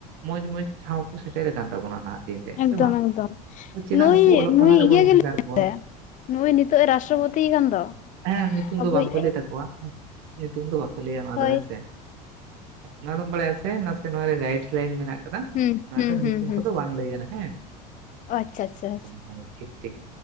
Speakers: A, on the right; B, on the left.
A: ᱢᱚᱸᱡᱽ ᱢᱚᱸᱡᱽ ᱴᱷᱟᱶ ᱠᱚ ᱥᱮᱴᱮᱨ ᱠᱟᱱ ᱛᱟᱵᱚᱱᱟ ᱱᱟᱦᱟᱜ᱾ ᱫᱤᱱ ᱨᱮ
B: ᱮᱠᱫᱚᱢ
A: ᱥᱮ ᱵᱟᱝ
B: ᱮᱠᱫᱚᱢ
A: ᱛᱚ ᱪᱮᱫᱟᱜ
B: ᱱᱩᱭ
A: ᱩᱱᱠᱩ ᱚᱞᱚᱜ
B: ᱱᱩᱭ
A: ᱯᱟᱲᱦᱟᱜ ᱨᱮᱵᱚᱱ
B: ᱤᱭᱟᱹ ᱜᱮ
A: ᱵᱷᱮᱜᱟᱨ
B: <unintelligible>
A: ᱠᱚᱣᱟ
B: ᱱᱩᱭ ᱱᱤᱛᱚᱜ ᱮ ᱨᱟᱥᱴᱨᱚᱯᱚᱛᱤ ᱠᱟᱱ ᱫᱚ
A: ᱦᱮᱸ ᱧᱩᱛᱩᱢ
B: ᱟᱵᱚᱭᱤᱡ
A: ᱫᱚ ᱵᱟᱝᱠᱚ ᱞᱟᱹᱭ ᱛᱟᱠᱚᱣᱟ ᱧᱩᱛᱩᱢ ᱫᱚ ᱵᱟᱠᱚ ᱞᱟᱹᱭᱟ ᱱᱚᱣᱟᱫᱚ
B: ᱦᱳᱭ
A: ᱦᱮᱸ ᱥᱮ ᱱᱚᱣᱟ ᱫᱚᱢ ᱵᱟᱲᱟᱭᱟ ᱥᱮ ᱱᱟᱥᱮ ᱱᱚᱣᱟ ᱨᱮ ᱜᱟᱭᱤᱰ ᱞᱟᱭᱤᱱ ᱢᱮᱱᱟᱜ ᱠᱟᱫᱟ
B: ᱦᱩᱸ
A: ᱱᱚᱣᱟ
B: ᱦᱩᱸ
A: ᱫᱚ
B: ᱦᱩᱸ ᱦᱩᱸ
A: ᱠᱚᱫᱚ ᱵᱟᱝ ᱞᱟᱹᱭ ᱠᱟᱱᱟ ᱦᱮᱸ
B: ᱚ ᱟᱪᱪᱷᱟ ᱟᱪᱪᱷᱟ
A: ᱦᱳᱭ ᱴᱷᱤᱠ ᱴᱷᱤᱠ